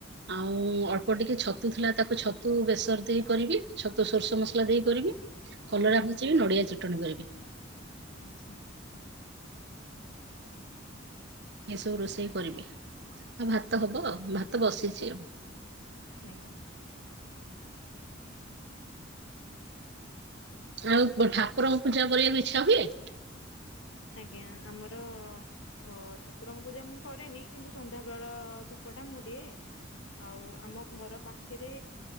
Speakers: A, on the right; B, on the left.
A: ଆଉ
B: ଆଜ୍ଞା
A: ଅଳ୍ପ ଟିକେ ଛତ ଛତୁ ଥିଲା ତାକୁ ଛତୁ ବେସର ଦେଇ କରିବି ଛତୁ ସୋରିଷ ମସଲା ଦେଇ କରିବି। କଲରା
B: ଆଜ୍ଞା
A: ଭାଜିବି ନଡିଆ ଚଟଣି କରିବି।
B: ଆଚ୍ଛା
A: ଏସବୁ ରୋଷେଇ କରିବି ଆଉ ଭାତ ହବ ଭାତ ବସିଛି ଆଉ।
B: ଆଜ୍ଞା
A: ଆଉ କଣ ଠାକୁରଙ୍କ ପୂଜା କରିବାକୁ ଇଚ୍ଛା ହୁଏ।।?
B: ଆଜ୍ଞା ଆମର ଓ ଠାକୁରଙ୍କ ପୂଜା ମୁଁ କରେନି କିନ୍ତୁ ସନ୍ଧ୍ୟା ବେଳ ଧୂପଟା ମୁଁ ଦିଏ। ଆଉ ଆମ ଘର ପାଖରେ